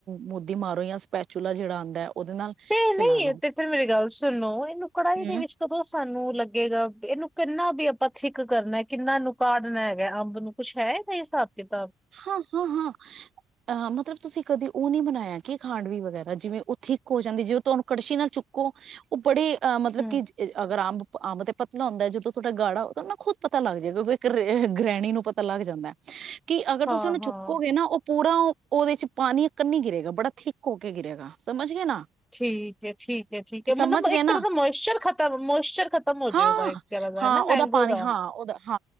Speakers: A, on the right; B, in the centre.
A: ਮੁੱਧੀ ਮਾਰੋ ਜਾਂ ਸਪੈਚੂਲਾ ਜਿਹੜਾ ਆਉਂਦਾ, ਉਹਦੇ ਨਾਲ
B: ਤੇ ਨਹੀਂ
A: ਫੈਲਾ ਲਓ
B: ਤੇ ਫਿਰ ਮੇਰੇ ਗੱਲ ਸੁਣ, ਸੁੱਲੋ, ਨੂੰ ਕੜਾਈ
A: ਹਮ
B: ਦੇ ਵਿੱਚ ਕਦੋਂ ਸਾਨੂੰ ਲੱਗੇਗਾ। ਇਹਨੂੰ ਕਿੰਨਾ ਵੀ ਆਪਾਂ ਥਿੱਕ ਕਰਨਾ ਕਿੰਨਾ ਇਹਨੂੰ ਕਾਢਨਾ ਹੈਗਾ, ਅੰਬ ਨੂੰ ਕੁਛ ਹੈਗਾ ਹਿਸਾਬ, ਕਿਤਾਬ?
A: ਹਾਂ-ਹਾਂ-ਹਾਂ, ਅ ਮਤਲਬ, ਤੁਸੀਂ ਕਦੇ ਉਹ ਨੀ ਬਣਾਇਆ, ਕੀ ਖਾਂਡ ਵੀ ਵਗੈਰਾ ਜਿਵੇਂ, ਉਹ ਥਿੱਕ ਹੋ ਜਾਂਦੀ, ਜੇ ਤੁਹਾਨੂੰ ਕੜਛੀ ਨਾਲ ਚੁੱਕੋ ਉਹ ਬੜੇ ਮਤਲਬ
B: ਹੂੰ,
A: ਕਿ ਅਗਰ ਅੰਬ-ਅੰਬ ਤੇ, ਪਤਲਾ ਹੁੰਦਾ, ਜਦੋਂ ਤੁਹਾਡਾ ਗਾੜਾ ਖੁਦ ਪਤਾ ਲੱਗ ਜਾਏ, ਕਿਉਂਕਿ ਇੱਕ ਗ੍ਰਹਿਣੀ ਨੂੰ ਪਤਾ ਲੱਗ ਜਾਂਦਾ। ਕਿ ਅਗਰ ਤੁਸੀਂ
B: ਹਾਂ,
A: ਉਹਨੂੰ ਚੁੱਕੋਗੇ,
B: ਹਾਂ,
A: ਨਾ ਉਹ ਪੂਰਾ ਉਹ ਉਹਦੇ ਚ ਪਾਣੀ ਇਕ ਨੀ ਗਿਰੇਗਾ ਬੜਾ ਥਿੱਕ ਹੋ ਕੇ ਗਿਰੇਗਾ ਸਮਝ ਗਏ ਨਾ।
B: ਠੀਕ ਐ ਠੀਕ ਐ ਠੀਕ ਹੈ,
A: ਸਮਝ
B: ਮਤਲਬ
A: ਗਏ
B: ਇੱਕ
A: ਨਾ
B: ਤਰ੍ਹਾਂ ਦਾ ਮੋਇਸਚਰ ਖਤਮ ਮੋਇਸਚਰ ਖਤਮ ਹੋਜੇ,
A: ਹਾਂ,
B: ਉਹਦਾ ਇੱਕ ਤਰ੍ਹਾਂ ਦਾ
A: ਹਾਂ
B: ਹੈ ਨਾ
A: ਉਹਦਾ
B: ਮੈਂਗੋ
A: ਪਾਣੀ
B: ਦਾ
A: ਹਾਂ ਉਹਦਾ